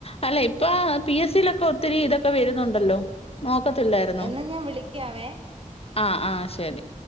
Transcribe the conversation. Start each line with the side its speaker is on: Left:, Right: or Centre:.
Left: അല്ലെ ഇപ്പ പി എസ് സിയിലൊക്കെ ഒത്തിരി ഇതൊക്കെ വരുന്നുണ്ടല്ലോ നോക്കത്തില്ലായിരുന്നോ
Right: എന്നാ ഞാൻ വിളിക്കാവേ
Left: ആഹ ആഹ ശേരി